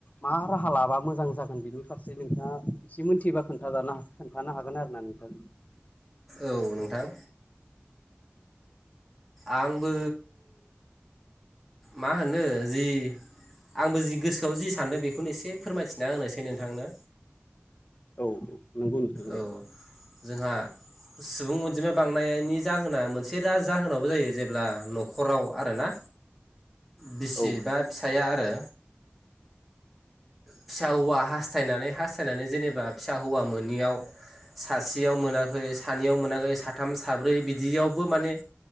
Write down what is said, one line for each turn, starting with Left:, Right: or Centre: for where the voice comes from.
Left: मा राहा लाबा मोजां जागोन बेनि फारसे नोंथाङा एसे मिनथिबा खोनजानो खोन्थानो हागोन आरोना नोंथां।
Centre: औ नोंथां। आंबो मा होनो जि आंबो जि गोसोआव जि सानदों बेखौनो एसे फोरमायथिना होनोसै नोंथांनो।
Left: औ नंगौ नोंथां दे।
Centre: औ जोंहा सुबुं अनजिमा बांनायनि जाहोना मोनसे जाहोनावबो जायो जेब्ला न'खराव आरोना। बिसि
Left: औ
Centre: बा फिसाया आरो। फिसा हौवा हास्थायनानै हास्थायनानै जेनेबा फिसा हौवा मोनियाव सासेयाव मोनाखै सानैयाव मोनाखै साथाम साब्रै बिदियावबो माने